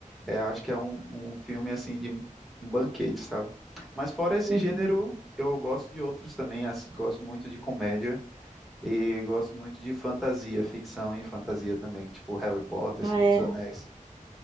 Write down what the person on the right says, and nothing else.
Uhum.
Ah,
é.